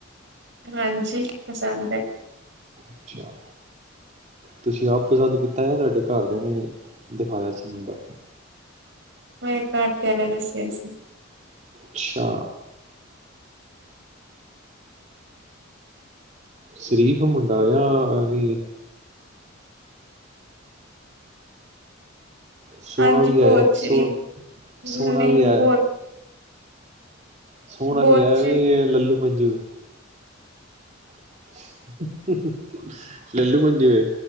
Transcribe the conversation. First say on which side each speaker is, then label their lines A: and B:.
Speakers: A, on the right; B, on the right.
A: ਹਾਂਜੀ ਪਸੰਦ ਐ।
B: ਅੱਛਾ, ਤੁਸੀਂ ਆਪ ਪਸੰਦ ਕੀਤਾ ਜਾਂ ਤੁਆਡੇ ਘਰਦਿਆਂ ਨੇ ਦਿਖਾਇਆ ਸੀ ਮੁੰਡਾ?
A: ਮੇਰੇ ਘਰ ਦਿਆਂ ਨੇ ਦਸਿਆ ਸੀ।
B: ਅੱਛਾ। ਸ਼ਰੀਫ ਮੁੰਡਾ ਯਾਂ ਐਂਵੀ? ਸੋਣਾ
A: ਹਾਂਜੀ
B: ਵੀ
A: ਬਹੁਤ
B: ਐ,
A: ਸ਼੍ਰੀ
B: ਸੋਣ-ਸੋਹਣਾ
A: ਨਹੀਂ
B: ਵੀ
A: ਬਹੁਤ
B: ਐ? ਸੋਹਣਾ
A: ਬਹੁਤ
B: ਵੀ ਐ,
A: ਸ਼੍ਰੀ
B: ਐਵੀਂ ਲੱਲੂ ਪੰਜੂ ਐ? <unintelligible> ਲਲੂ ਪੰਜੂ ਐ,